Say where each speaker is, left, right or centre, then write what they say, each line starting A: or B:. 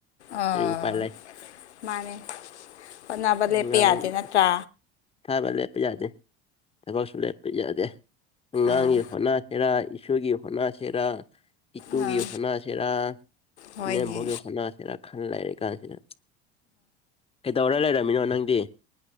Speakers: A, on the left; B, on the left.
A: ꯑꯥ
B: ꯀꯔꯤ ꯎꯄꯥꯏ ꯂꯩ
A: ꯃꯥꯅꯦ ꯍꯣꯠꯅꯕ
B: ꯑꯉꯥꯡꯒꯤ
A: ꯂꯦꯞꯄ ꯌꯥꯗꯦ ꯅꯠꯇ꯭ꯔꯥ
B: ꯊꯥꯕ ꯂꯦꯞꯄ ꯌꯥꯗꯦ ꯊꯕꯛꯁꯨ ꯂꯦꯞꯄ ꯌꯥꯗꯦ ꯑꯉꯥꯡꯒꯤ
A: ꯑꯥ
B: ꯍꯣꯅꯥ ꯁꯦꯔꯥ ꯏꯁꯒꯤ ꯍꯣꯅꯥ ꯁꯦꯔꯥ ꯏꯤꯇꯨꯒꯤ
A: ꯑꯥ
B: ꯍꯣꯅꯥꯁꯤꯔꯥ
A: ꯍꯣꯏꯅꯦ
B: ꯏꯅꯦꯝꯕꯒꯤ ꯍꯣꯅꯥꯁꯤꯔꯥ ꯈꯜ ꯂꯩꯥꯏꯔꯤ ꯀꯥꯟꯁꯤꯗ ꯇꯧꯔ ꯂꯩꯔꯝꯃꯤꯅꯣ ꯅꯪꯗꯤ